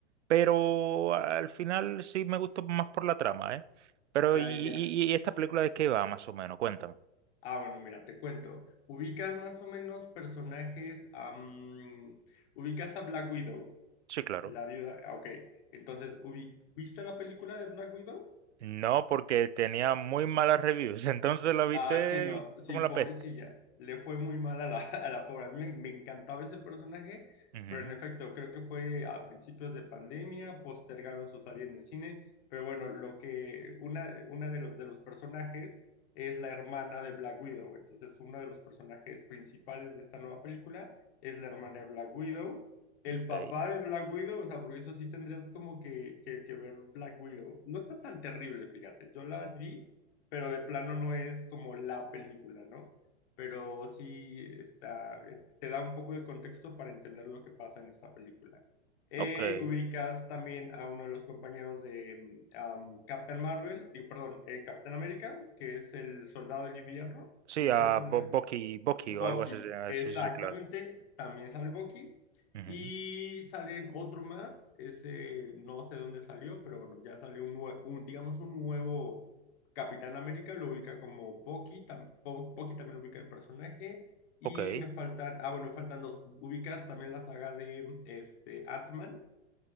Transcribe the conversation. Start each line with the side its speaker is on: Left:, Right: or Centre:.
Right: Pero al final sí me gustó más por la trama, ¿eh? Pero,
Left: ya,
Right: ¿y, y,
Left: ya.
Right: y esta película de qué va más o menos? Cuéntame.
Left: Ah, bueno, mira, te cuento. Ubicas más o menos personajes, am, ubicas a Black Widow.
Right: Sí, claro.
Left: La viuda, ah, ok. Entonces, ubi- ¿viste la película de Black Widow?
Right: No, porque tenía muy malas reviews, <laughs> entonces la viste
Left: Ah, sí, no, sí,
Right: como la
Left: pobrecilla.
Right: peste.
Left: Le fue muy mal a la, <laughs> a la pobre. A mí me, me encantaba ese personaje,
Right: Ujú,
Left: pero en efecto, creo que fue a principios de pandemia, postergaron su salida en el cine, pero bueno, lo que una, una de los, de los personajes es la hermana de Black Widow, entonces uno de los personajes principales de esta nueva película es la hermana de Black Widow. El
Right: ok.
Left: papá de Black Widow, o sea, porque eso sí tendrías como que, que, que ver Black Widow. No está tan terrible, fíjate. Yo la vi pero de plano no es como la película, ¿no? Pero sí está, eh, te da un poco de contexto para entender lo que pasa en esta película. Eh,
Right: Ok.
Left: ubicas también a uno de los compañeros de um, Captain Marvel, digo, perdón, eh, Capitán América, que es el soldado del invierno,
Right: Sí,
Left: Winter
Right: a
Left: Soldier.
Right: Bo- Bucky, Bucky
Left: Bucky,
Right: o algo así. se llama.
Left: exactamente,
Right: Sí, sí, sí, claro.
Left: también sale Bucky.
Right: Ujú.
Left: Y salen otro más, ese no sé dónde salió, pero bueno, ya salió un, nue- un digamos, un nuevo Capitán América, lo ubica como Bucky, tam- Bo- Bucky también ubica el personaje. Y
Right: Ok. Eh,
Left: me faltan, ah, bueno, me faltan dos. Ubicas también la saga de este, Ant-Man.